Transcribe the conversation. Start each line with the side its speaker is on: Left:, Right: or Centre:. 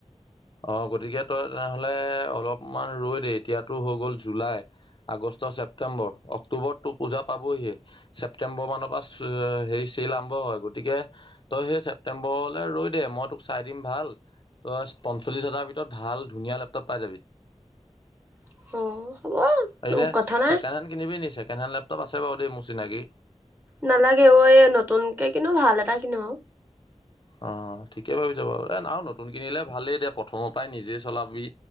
Left: অ' গতিকে তই তেনেহলে অলপমান ৰৈ দে, এতিয়াতো হৈ গ'ল জুলাই। আগষ্ট, ছেপ্টেম্বৰ, অক্টোবৰত তোৰ পূজা পাবহিয়ে। ছেপ্টেম্বৰ মানৰ পা হেৰি, চেল আৰম্ভ হয়। গতিকে তই সে ছেপটেম্বৰলে ৰৈ দে, মই তোক চাই দিম ভাল। পঞ্চল্লিছ হাজাৰ ভিতৰত ভাল ধুনীয়া লেপটপ পাই যাবি।
Right: অ'।
Left: এনে
Right: উম, কথা নাই
Left: চেকেণ্ড হেণ কিনিবি নি? ছেকেডেণ্ড লেপটপ আছে বাৰু দেই মোৰ চিনাকি।
Right: নালাগে অ' এ নতুনকে কিনো ভাল এটা কিনো।
Left: অ' ঠিকেই ভাবিছ বাৰু, এ আৰু নতুন কিনিলে ভালেই দে প্ৰথমৰ পাই নিজে চলাবি।